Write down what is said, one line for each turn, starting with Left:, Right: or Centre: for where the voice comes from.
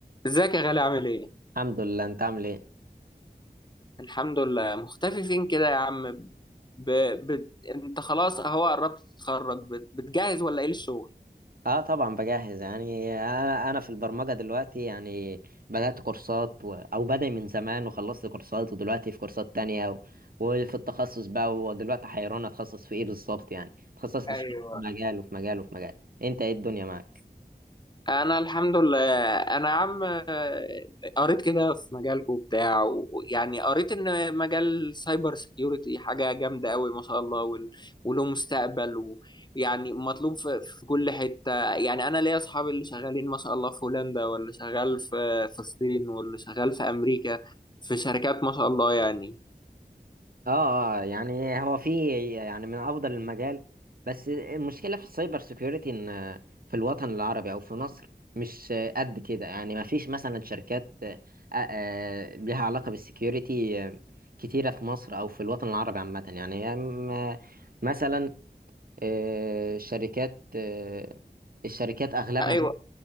Left: ازيك يا غالي عامل ايه؟
Right: الحمد لله انت عامل ايه
Left: الحمد لله مختفي فين كده يا عم ب... ب... انت خلاص اهو قربت تتخرج بت... بتجهز ولا ايه للشغل؟
Right: اه طبعا بجهز يعني انا انا في البرمجه دلوقتي يعني بدات كورسات و... او بدأ من زمان وخلصت كورسات ودلوقتي في كورسات تانية و... وفي التخصص بقى ودلوقتي حيران اتخصص في ايه بالظبط يعني اتخصصت
Left: ايوه
Right: في مجال وفي مجال وفي مجال انت ايه الدنيا معاك
Left: انا الحمد لله انا يا عم آه، قريت كده في مجالكم وبتاع ويعني قريت ان مجال سايبر سيكيورتي حاجه جامده قوي ما شاء الله وال- وله مستقبل ويعني مطلوب في, في كل حته يعني انا ليا اصحابي اللي شغالين ما شاء الله في هولندا واللي شغال في في الصين واللي شغال في امريكا في شركات ما شاء الله يعني
Right: اه آه، يعني هو في يعني من افضل المجال بس المشكله في السايبر سيكيورتي ان آه، في الوطن العربي او في مصر مش آه، قد كده يعني ما فيش مثلا شركات آه، آه، ليها علاقه بالسيكيورتي آه، كتيره في مصر او في الوطن العربي عامه يعني هي م- مثلا آه، شركات آه، الشركات اغلبها
Left: ايوه